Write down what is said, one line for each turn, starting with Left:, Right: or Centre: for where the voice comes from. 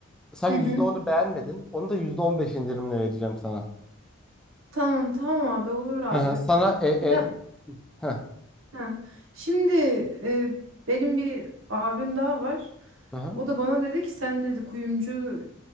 Centre: Sen
Right: Hı
Centre: yüzde
Right: hı.
Centre: onu beğenmedin. Onu da %15 indirimle vereceğim sana.
Right: Tamam tamam abi olur abi.
Centre: Hı hı. Sana e, e,
Right: Ya
Centre: hı
Right: ha. Şimdi e, benim bir abim daha var.
Centre: hı
Right: O da bana dedi ki sen dedi kuyumcu